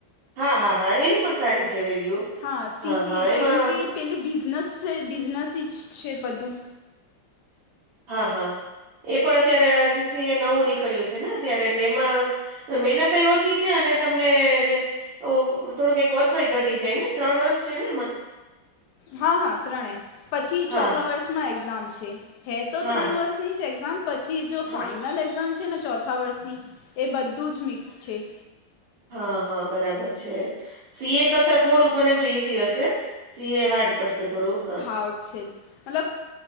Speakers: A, on the right (about 70°); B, on the left (about 75°).
A: હા હા હા એની પણ સારી છે વેલ્યુ.
B: હા સીસીએ
A: હા એમાં
B: કેમ કે પેલું બિઝનેસ છે બિઝનેસ જ છે બધું.
A: હા હા એ પણ અત્યારે આસીસી એ નવું નીકળ્યું છે ને અત્યારે એટલે એમાં મહેનત ઓછી છે અને તમને ઓ થોડુંક એક વર્ષ ઘટી જાય ને ત્રણ વર્ષ છે ને એમાં.
B: હા હા ત્રણે પછી
A: હા
B: ચોથા વર્ષમાં એક્ઝામ છે. હે તો
A: હા
B: ત્રણ
A: હા
B: વર્ષની જ એક્ઝામ પછી જો
A: હા
B: ફાઈનલ એક્ઝામ છે ને ચો ચફ વર્ષની એ બધું જ મિક્સ છે.
A: હા હા બરાબર છે સી એ કરતા થોડુંક મને એમ છે ઈઝી હશે. સીએ હારડ પરસે થોડું હ.
B: આવ છેે. મતલબ.